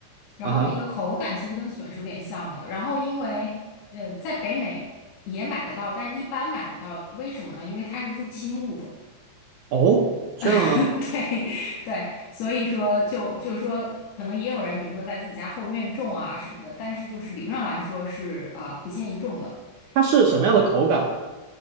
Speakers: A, on the left; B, on the right.
A: 然后那个口感其实跟笋是有点像的，
B: 啊？哈，
A: 然后因为呃，在北美也买得到，但是一般买不到，为什么呢？因为它是入侵物种。
B: 哦，这样的吗？
A: <laughs> 对对，所以说就就是说，可能也有人，比如说在自己家后院种啊什么的，但是就是理论上来说是啊、呃不建议种的。
B: 它是什么样的口感？
A: 然后